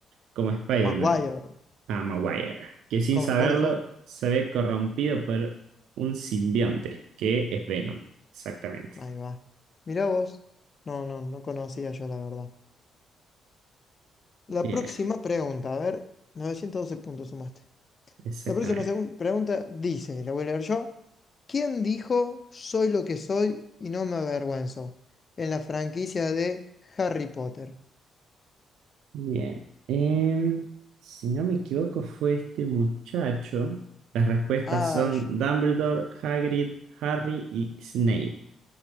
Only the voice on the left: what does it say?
Maguire,
como
el jugador de fútbol.
Ahí va. Mirá vos. No, no, no conocía yo la verdad. La
próxima pregunta, a ver, 912 puntos sumaste.
La próxima segun- pregunta dice, la voy a leer yo. ¿Quién dijo soy lo que soy y no me avergüenzo? En la franquicia de Harry Potter.
Ay,